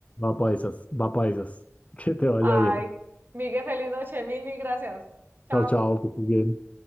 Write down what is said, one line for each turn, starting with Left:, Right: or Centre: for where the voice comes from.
Left: Va para esas, va para esas. <laughs> Que te vaya
Right: Ay,
Left: bien.
Right: Miguel, feliz noche. Mil, mil gracias. Chao.
Left: Chao, chao, que estés bien.